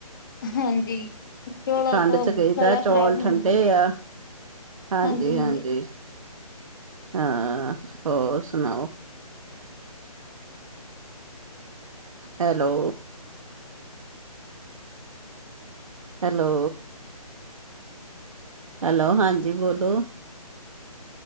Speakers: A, on the left; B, on the right.
A: ਹਾਂਜੀ ਚੌਲਾਂ
B: ਠੰਡ
A: ਤੋਂ
B: ਚ ਕਹੀਦਾ
A: ਗਲਾ
B: ਚੌਲ
A: ਖ਼ਰਾਬ ਨੀ
B: ਠੰਡੇ
A: ਹੁੰਦਾ
B: ਆ। ਹਾਂਜੀ-ਹਾਂਜੀ।
A: ਹਾਂਜੀ ਹਾਂਜੀ
B: ਹਾਂ ਹੋਰ ਸੁਣਾਓ? ਹੈਲੋ। ਹੈਲੋ। ਹੈਲੋ ਹਾਂਜੀ ਬੋਲੋ?